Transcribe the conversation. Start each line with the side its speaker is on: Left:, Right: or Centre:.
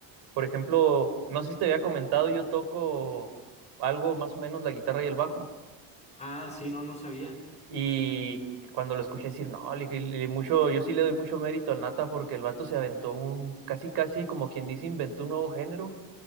Right: por ejemplo, no sé si te había comentado, yo toco algo más o menos la guitarra y el bajo.
Left: Ah, sí, no, no sabía.
Right: Y cuando lo escuché decir, no, le dije, le- mucho, yo sí le doy mucho mérito al Nata porque el vato se aventó un, casi casi como quien dice, inventó un nuevo género